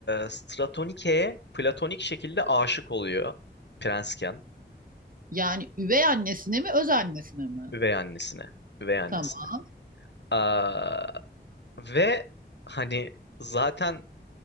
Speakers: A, on the left; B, on the right.
A: Stratonike'ye platonik şekilde aşık oluyor prensken
B: Yani üvey annesine mi, öz annesine mi?
A: üvey annesine. Üvey annesine.
B: Tamam.
A: Aa, ve hani zaten